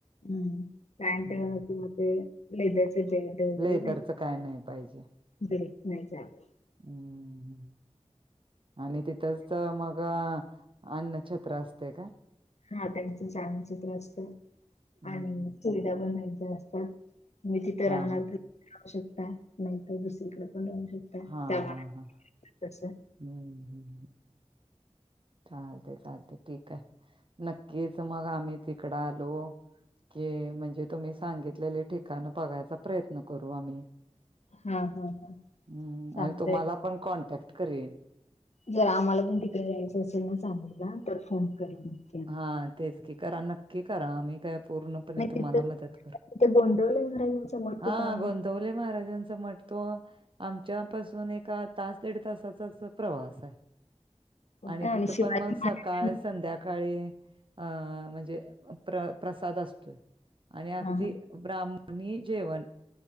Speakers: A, on the left; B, on the right.
A: हम् पॅंट
B: हम्म
A: म लेदर्स बड वगैरे
B: लेदरच
A: नाही
B: काय नाही पाहिजे
A: बत नाही झाले.
B: हम्म आणि तिथच मग अन्नछत्र असते का?
A: हा त्यांचं छाानचित्र असत
B: हम्म
A: आणि सुरता बनचे असतात. तुम्ही तिथं
B: हा
A: राहणार
B: हा
A: तर राहू शकता नाहीतर दुसरीकडे पण राहू शकता.
B: हा
A: त्यामुळे
B: हा हा
A: तस
B: हम्म हम्म. चालते चालते ठीक आहे नक्कीच मग आम्ही तिकडं आलो. क म्हणजे तुम्ही सांगितलेले ठिकाण बघायचा प्रयत्न करू आम्ही
A: हा हा हा
B: हम्
A: चालतय
B: आणि तुम्हाला पण कॉन्टॅक्ट करेन.
A: जर आम्हाला पण तिकडे जायचं असेल ना सांगल ना तर फोन करू म
B: हा तेच की करा नक्की करा आम्ही काय पूर्ण
A: नाही
B: तुम्हाला
A: तिथं
B: मदत कर
A: तिथे गोंडवले महाराजांचा मठ कुठे
B: हा
A: आहे मग?
B: गोवले महाराजांच म्हट. तो आमच्यापासून एका तास दड तासाचाच प्रवास आहे.
A: ओके.
B: आणि तिथं
A: शिवाजी
B: पण मग
A: महाराज
B: स काळ संध्याकाळी अ म्हणजे प्र प्रसाद असतोय. आणि अगदी
A: हा हा
B: ब्राह्मणी जेवण